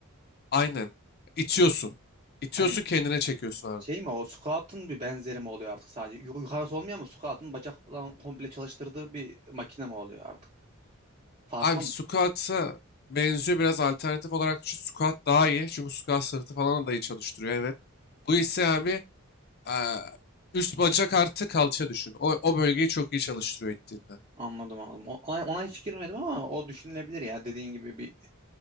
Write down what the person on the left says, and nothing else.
Aynen. İtiyorsun. İtiyorsun
kendine çekiyorsun abi.
Abi
squat'a benziyor biraz alternatif olarak düşün. Squat daha iyi. Çünkü squat sırtı falan da iyi çalıştırıyor evet. Bu ise abi eee, üst bacak artı kalça düşün. O, o bölgeyi çok iyi çalıştırıyor ettiğinde.